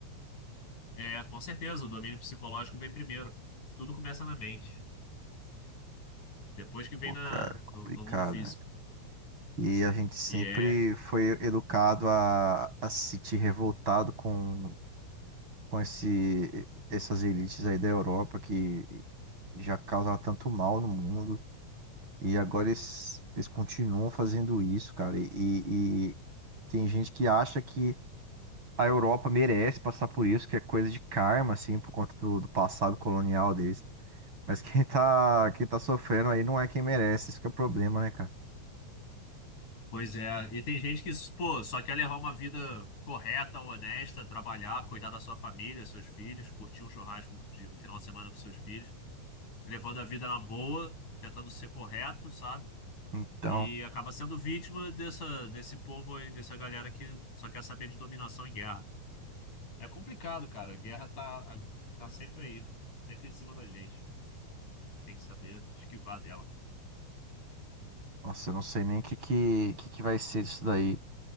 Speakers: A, on the left; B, on the right.
A: É, com certeza, o domínio psicológico vem primeiro. Tudo começa na mente. Depois que vem
B: Pô,
A: na,
B: cara, complicado,
A: no, no mundo físico.
B: né? E a gente sempre
A: E é.
B: foi educado a, a se sentir revoltado com, com esse, essas elites aí da Europa que já causaram tanto mal no mundo. E agora eles, eles continuam fazendo isso, cara. E, e e tem gente que acha que a Europa merece passar por isso, que é coisa de karma, assim, por conta do, do passado colonial deles. Mas quem tá, quem tá sofrendo aí não é quem merece, isso que é o problema, né, cara?
A: Pois é. E tem gente que, pô, só quer levar uma vida correta, honesta, trabalhar, cuidar da sua família, seus filhos, curtir um churrasco de um final de semana com seus filhos, levando a vida na boa, tentando ser correto, sabe?
B: Então,
A: E acaba sendo vítima dessa, desse povo aí, dessa galera que só quer saber de dominação e guerra. É complicado, cara. A guerra tá, tá sempre aí, sempre em cima da gente. Tem que saber esquivar dela.
B: nossa, eu não sei nem o que, que, que, que vai ser disso daí.